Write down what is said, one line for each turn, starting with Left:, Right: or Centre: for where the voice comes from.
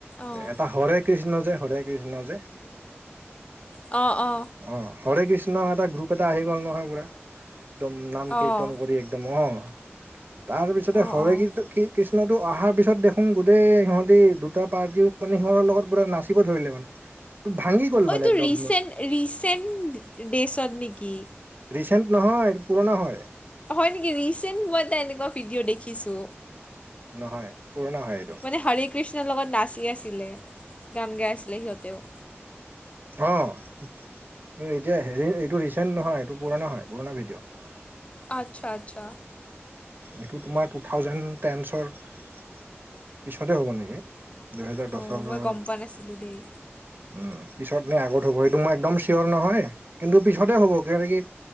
Left: অঁ
Right: এটা হৰে কৃষ্ণ যে, হৰে কৃষ্ণ যে।
Left: অ', অ'।
Right: অ হৰে কৃষ্ণ এটা গ্ৰুপ এটা আহি গ'ল নহয় পুৰা। একদম নাম কীৰ্তন
Left: অঁ
Right: কৰি একদম অ তাৰ পিছতে
Left: অঁ
Right: হৰে
Left: অঁ
Right: কন্তূ কি কৃষ্ণটো অহাৰ পিছত দেখো। সোন গোটেই সিহঁতে দুটা পাৰ্টিও মানে সিহঁতৰ লগত পুৰা নাচিব ধৰিলে মানে ভাঙি। গ'ল
Left: অটো
Right: মানে একদম
Left: ৰিচেণ্ট ৰিচেণ্ট ডে ডেচত নেকি।
Right: ৰিচেণ্ট নহয় এইটো পুৰণা হয়।
Left: হয় নেকি ৰিচেণ্ট মই এটা এনেকুৱা ভিডিঅ' দেখিছো।
Right: নহয় পুৰনা হয়। এইটো
Left: মানে হৰে কৃষ্ণৰ লগত নাচি আছিলে গান গাই আছিলে সিহঁতেও।
Right: অহ, এতিয়া হেৰি এইটো ৰিচেণ্ট নহয় এইটো পুৰণা হয় পুৰণা ভিডিঅ'।
Left: আচ্ছা, আচ্ছা
Right: এইটো তোমাৰ টু থাউজেণ্ড টেন চৰ। পিছতে হ'ব নেকি দুহেজাৰ
Left: অঁ
Right: দছৰ।
Left: মই গম পোৱা নাছিলোঁ দেই
Right: উম, পিছত নে আগত হ'ব সেইটো মই একদম চিয়'ৰ নহয়। কিন্তু পিছতে হ'ব মানে কি।